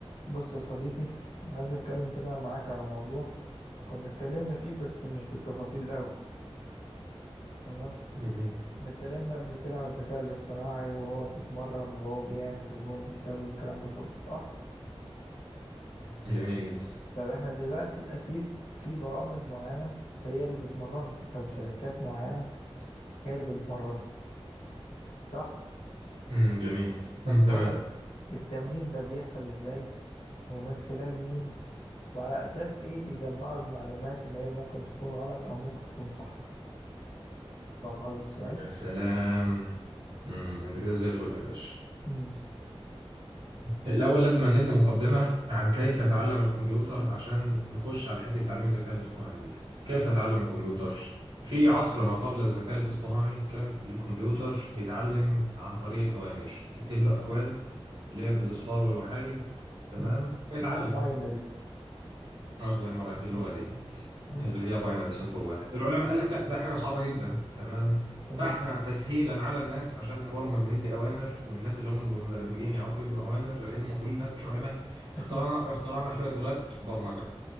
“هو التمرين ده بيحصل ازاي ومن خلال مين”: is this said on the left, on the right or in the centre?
Left